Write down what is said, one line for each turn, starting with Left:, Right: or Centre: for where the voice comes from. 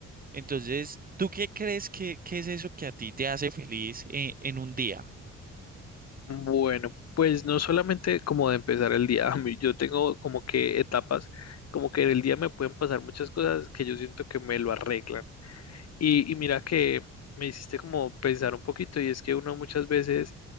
Right: Entonces, ¿tú qué crees que, que es eso que a ti te hace feliz eh, en un día?
Left: Bueno, pues no solamente como de empezar el día, <laughs> a mí- yo tengo como que etapas, como que en el día me pueden pasar muchas cosas que yo siento que me lo arreglan. Y, y mira que me hiciste como pensar un poquito y es que uno muchas veces,